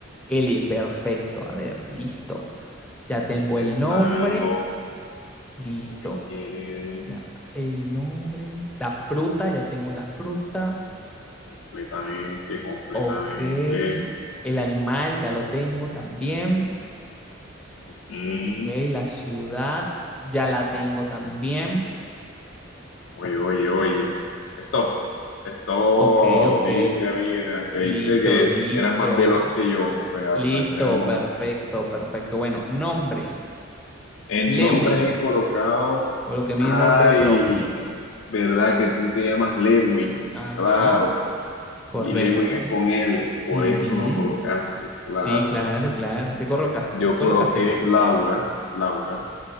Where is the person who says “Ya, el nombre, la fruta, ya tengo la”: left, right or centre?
Centre